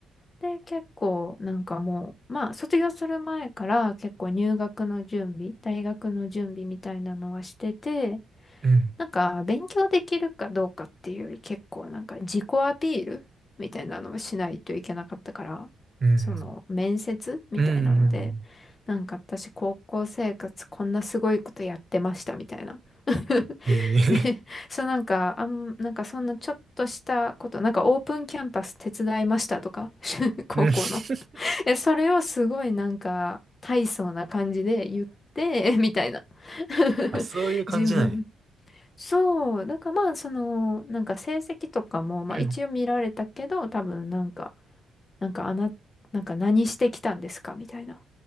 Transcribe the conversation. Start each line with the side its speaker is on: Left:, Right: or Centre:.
Left: で、結構なんかもう、まあ、卒業する前から結構入学の準備、大学の準備みたいなのはしてて、
Right: うん、
Left: なんか勉強できるかどうかっていうより結構なんか自己アピールみたいなのをしないといけなかったから、
Right: うん、
Left: その面接みたいなので、
Right: うん、うん。
Left: なんか私高校生活こんなすごいことやってましたみたいな。<laughs>
Right: ええー、
Left: で、そうなんか、あん、なんかそんなちょっとしたこと、なんかオープンキャンパス手伝いましたとか、<laughs> 高校の。
Right: うん。<laughs>
Left: え、それをすごいなんか大層な感じで言って、<laughs> みたいな。<laughs>
Right: あ、そういう感じなんや。
Left: 自分。そう、だからまあその、なんか成績とかも、まあ一応見られたけど、
Right: うん。
Left: 多分なんか、なんかあな、なんか何してきたんですかみたいな。